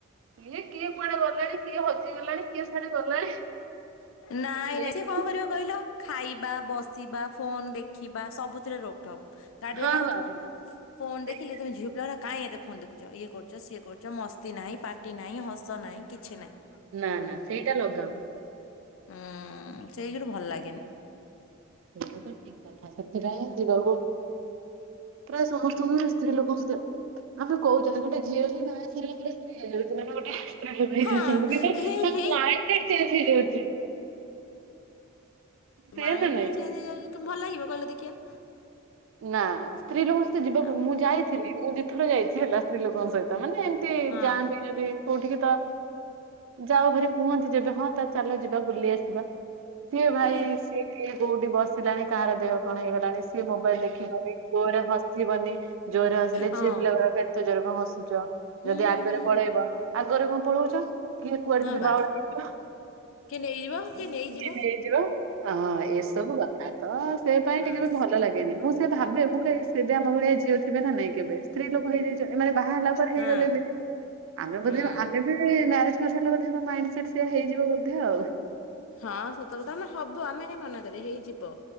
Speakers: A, on the right; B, on the left.
A: କିଏ କିଏ କୁଆଡେ ଗଲାଣି କିଏ ହଜି ଗଲାଣି କିଏ ଶାଡେ ଗଲାଣି।
B: ନାଇଁ ନାଇଁ,
A: ଏମିତି
B: ସିଏ କଣ କରିବ କହିଲ? ଖାଇବା, ବସିବା, ଫୋନ ଦେଖିବା, ସବୁଥିରେ ରୋକଠକ୍ ଗାଡିରେ
A: ହଁ
B: ଯାଉଥିବ
A: ହଁ
B: ଫୋନ
A: ସେଇ
B: ଦେଖିଲେ ତମେ ଝିଅ ପିଲା ଗୁଡାକ କାାଇଁ ଏତେ ଫୋନ ଦେଖୁଛ ଇଏ କରଛ ସିଏ କରଛ ମସ୍ତିନାହିଁ ପା ସ୍ତୀ ନାହିଁ ହସ ନହିଁ କିଛି ନାହିଁ।
A: ନା, ନା, ସେଇଟା ଲଗାଅନି।
B: ଉଁ, ସେଇଠୁ ଭଲ ଲାଗେନି।
A: ସେଇଟା ତ ଠିକ କଥା, ସେଥିପାଇଁ ଯିବାକୁ ପ୍ରାୟ ସମସ୍ତଙ୍କୁ ସେ ସ୍ତ୍ରୀ ଲୋକ <inaudible> ସୁ ଆମେ କହୁ ଗୋଟେ ଝିଅ ହିଁ ବାହା ହେଇ ସାରିଲା ଗୋଟେ ସ୍ତ୍ରୀ ହେଇଯାଉଛି ମାନେ ଗୋଟେ ସ୍ତ୍ରୀ ଲୋକ ହେଇଜାଉଛି
B: ହଁ
A: କିନ୍ତୁ
B: ହେଇ ହେଇ
A: ନାଇ ସିଏ ଚେଞ୍ଜ ହେଇଯାଉଛି। ସେଇଆ
B: ମାଇଣ୍ଡ
A: ନା ନାଇଁ?
B: ହିଁ ଚେଞ୍ଜ ହେଇଯାଉଛି ତ ଭଲ ଲାଗିବ କହିଲ ଦେଖିଆ?
A: ନା, ସ୍ତ୍ରୀ ଲୋକଙ୍କ ସହିତ ଯିବାକୁ
B: ଆମ୍
A: ମୁଁ ଯାଇଥିଲି ମୁଁ ଦିଇଥର ଯାଇଛି ହେଲା ସ୍ତ୍ରୀ ଲୋକଙ୍କ ସହିତ ମାନେ ଏ ତି
B: ହଁ
A: ଯାଆନ୍ତି ଯଦି କୋଉଠିକି ତ ଯାଅ ଭାରି କୁହନ୍ତି ଯେବେ ହଁ ତାହେଲେ ଚାଲ ଯିବା ବୁଲି ଆସିବା। ସିଏ ଭାଇ
B: ହୁଁ
A: ସିଏ କିଏ କୋଉଠି ବସିଲାଣି କାହାର ଦେହ କଣ ହେଇଗଲାଣି ସିଏ ମୋବାଇଲ ଦେଖିବନି ଜୋରରେ ହସିବନି ଜୋରରେ ହସିଲେ
B: ହଁ
A: ଝିଅ ପିଲାଗୁଡାକ ଏତେ ଜୋରରେ କଣ ହସୁଛ!
B: ହୁଁ
A: ଯଦି ଆଗରେ
B: ହୁଁ
A: ପଳେଇବ ଆଗରେ କଣ ପଳଉଛ କିଏ କୁଆଡେ
B: ହଁ
A: ଯଦି
B: ବା
A: ବାଉଳା ହେଇଯିବ!
B: <unintelligible> କିଏ ନେଇଯିବ
A: ଜିଦ ହେଇଯିବ ହଁ ଏସବୁ କଥା ତ ସେ ପାଇଁ
B: ହଁ
A: ଟିକେ ବି ଭଲ ଲାଗେନି! ମୁଁ ସେଇଆ ଭାବେ ମୁଁ କହେ ସେବି ଆମ ଭଳିଆ ଝିଅ ଥିବେ ନା ନାଇଁ କେବେ ସ୍ତ୍ରୀ ଲୋକ ହେଇଯାଇ ଏ ମାନେ ବାହା ହେଲା ପରେ
B: ହଁ
A: ହେଇଗଲେ ଏମିତି ଆମେ
B: ହୁଁ
A: ବୋଧେ ଆମେ ବି ମ୍ୟାରେଜ୍ କରିସାରିଲାପରେ ମାଇଣ୍ଡ ସେଟ୍ ସେଇଆ ହେଇଯିବ ବୋଧେ ଆଉ!
B: ହଁ ସତ କଥା ମାନେ ହବ ଆମେ ହିଁ ମନା କରିବା ହେଇଯିବ